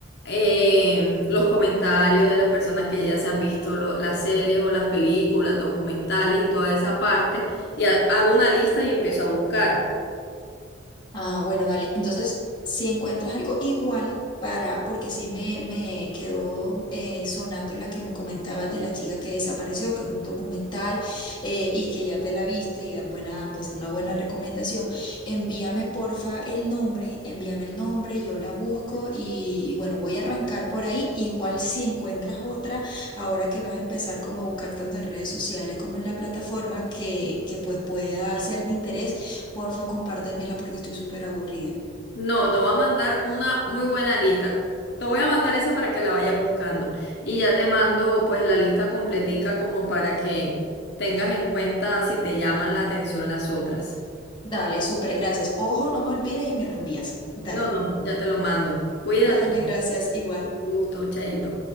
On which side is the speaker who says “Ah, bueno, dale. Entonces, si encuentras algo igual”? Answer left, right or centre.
Left